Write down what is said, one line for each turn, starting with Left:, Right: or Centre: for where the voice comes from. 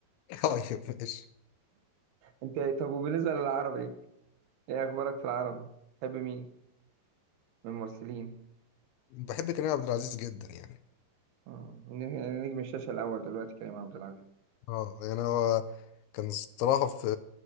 Left: <laughs> طيب ماشي
Right: انت إيه؟ طب وبالنسبه للعربي ايه اخبارك في العربي تحب مين من الممثلين
Left: بحب كريم عبد العزيز جدا يعني
Right: مم. ن- نجم الشاشه الاول دلوقتي كريم عبد العزيز
Left: اه يعني هو كان الصراحة في